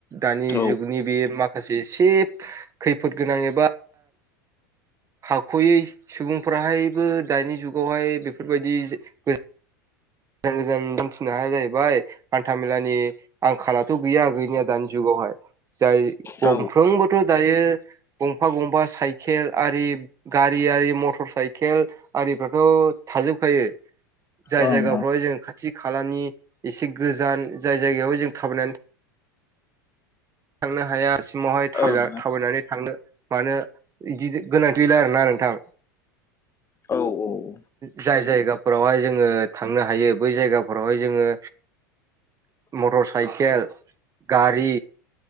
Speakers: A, on the right; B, on the left.
A: दानि
B: औ
A: जुगनि बे माखासे से खैफोद गोनां एबा हाखयै सुबुंफोराहायबो दानि जुगावहाय बेफोरबायदि जे ओ गोजान गोजान हान्थिनो हाया जाहैबाय हान्थामेलानि आंखालाथ' गैया गैनि दानि जुगावहाय जाय गंफ्रोमबोथ'
B: औ
A: दायो गंफा गंफा साइकेल आरि गारि आरि मटर साइकेल आरिफ्राथ' थाजोबखायो जाय
B: औ ओं
A: जायगाफ्राव जों खाथि खालानि एसे गोजान जाय जायगायाव जों थाबायनानै थांनो हाया सिमावहाय <unintelligible> थाबायनानै
B: ओं
A: थांनो मानो बिदि गोनांथि'ला आरोना नोंथां
B: औ औ
A: जाय जायगाफोरावहाय जोङो थांनो हायो बै जायगाफोरावहाय जोङो मटर साइकेल गारि